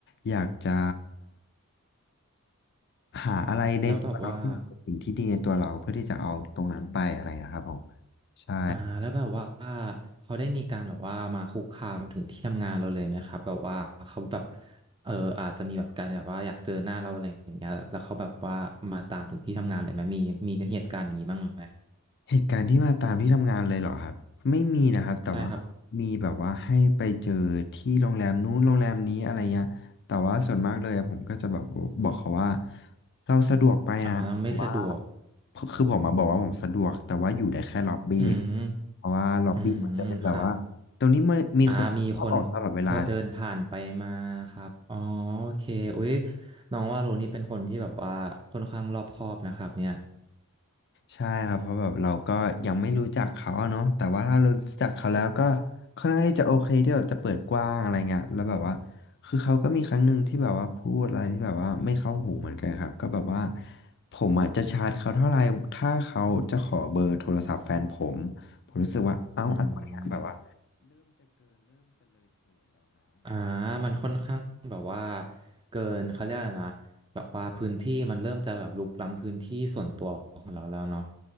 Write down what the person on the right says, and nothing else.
แล้วแบบว่า
อ่าแล้วแบบว่าเขาได้มีการแบบว่ามาคุกคามถึงที่ทำงานเราเลยไหมครับแบบว่าเขาแบบเอออาจจะมีแบบการแบบว่าอยากเจอหน้าเราอะไรอย่างเงี้ยแล้วเขาแบบว่ามาตามถึงที่ทำงานเลยไหมมีมีเหตุการณ์อย่างนี้บ้างไหม
ใช่ครับ
อ่าเราไม่สะดวก
อืม
อืมครับ อ่ามีคนเพอเดินผ่านไปมาครับอ๋อโอเคอุ๊ยน้องว่าโรนี่เป็นคนที่แบบว่าค่อนข้างรอบคอบนะครับเนี่ย
อืมอ่ามันค่อนข้างแบบว่าเกินเขาเรียกอะไรนะแบบว่าพื้นที่มันเริ่มจะแบบรุกล้ำพื้นที่ส่วนตัวของเราแล้วเนาะ